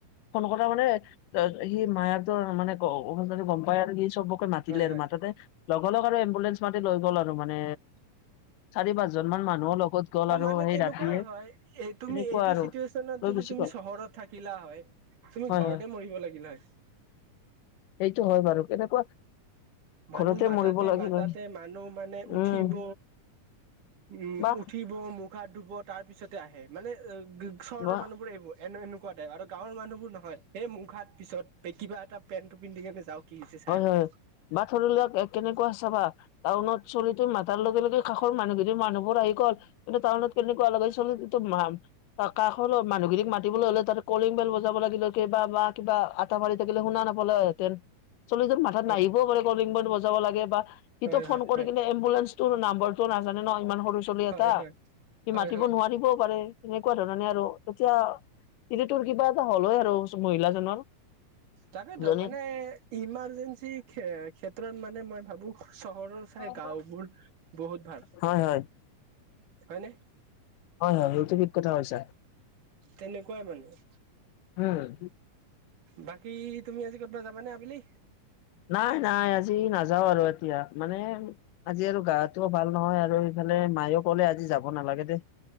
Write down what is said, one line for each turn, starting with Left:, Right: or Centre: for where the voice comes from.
Left: ফোন কথা মানে সি মায়াকৰ মানেদি গম পায় আৰু সি চব, কৈ মাতিলে
Right: হয়
Left: আৰু
Right: হয়
Left: মাতাতে লগা লগ আৰু এম্বুলেন্ঞ্চ মাতি লৈ গ'ল আৰু মানে চাৰি পাঁচজন মান মানুহৰ লগত। গ'ল
Right: হয়
Left: আৰু
Right: মানে
Left: সেই
Right: তেনেকুৱা
Left: ৰাতিয়ে
Right: হয়, এই তুমি
Left: এনেকুৱা
Right: এইটো
Left: আৰু
Right: চিটুৱেচনত
Left: লৈ
Right: যদি
Left: গুচি
Right: তুমি
Left: গ'ল
Right: চহৰত- থাকিলা হয়, তুমি
Left: হয়
Right: ঘৰতে
Left: হয়
Right: মৰিব লাগিল হয়।
Left: সেইটো হয় বাৰু। কেনেকুৱা
Right: মানুহ
Left: ঘৰতে
Right: মাতাতে
Left: মৰিব লাগিল
Right: মাতাতে
Left: হয়
Right: মানুহ মানে উঠিব,
Left: উম
Right: উম
Left: বা
Right: উঠি ব মুখ হাত ধুব তাৰ পিছতে আহে, মানে চহৰৰ
Left: বা
Right: মানুহবোৰে এইবোৰ। এনে এনেকুৱা টাইপ, আৰু গাঁৱৰ মানুহোৰ নহয় এই মুখ হাত পিছত কিবা এটা পেণ্টটো পিন্ধি কেনে যাওঁ। কি দিছে চাই
Left: হয়
Right: আহক।
Left: হয় বা ধৰি লাক কেনেকুৱা চাবা, টাউনত ছোৱালীটো মাতাৰ লগে লগে কাষৰ মানুহ দুদৰ মানুহবোৰ আহি গ'ল। কিন্তু তাউনত কেনেকুৱা লাগে ছোৱালী টো <unintelligible> ত কাষৰ মানুহখিনিক মাতিবলৈ হ'লে তাতে কলিং বেল বজাব লাগিলে, কেবা বা কিবা পোৱালি মাৰি থাকিলে শুনা নাপালে হয় তে- চলি য মাথাত
Right: হয়
Left: নাহিবও পাৰে কলিং ব বজাব লাগে, বা সিটো
Right: হয়
Left: ফোন
Right: হয়
Left: কৰি
Right: হয়
Left: কিনে- এম্বুলেঞ্চটোৰ নাম্বৰটো নাজানে ন, ইমান সৰু ছোৱালী
Right: হয়
Left: এটা,
Right: হয়
Left: সি
Right: হয়
Left: মাতিব
Right: হয়
Left: নোৱাৰিবও পাৰে। তেনেকুৱা ধৰণে আৰু। তেতিয়া তেতিয়া তোৰ কিবা এটা হলই আৰু মহিলাজনৰ।
Right: তাকেতো,
Left: জনীৰ
Right: মানে ইমাৰ্জেঞ্চি ক্ষে ক্ষেত্ৰত মানে- মানে মই ভাবো চহৰৰ চাই
Left: হয়
Right: গাওবোৰ বহুত ভাল।
Left: হয়
Right: হয়নে?
Left: হয় হয়, সেইটো ঠিক কথা কৈছা।
Right: তেনেকুৱাই মানে।
Left: উম।
Right: বাকী তুমি আজি ক'তবা যাবানে আবেলি?
Left: নাই নাই আজি নাযাও আৰু এতিয়া মানে, আজি আৰু গাটো ভাল নহয়, আৰু হেফালে মাইও ক'লে আজি যাব নালাগে দে।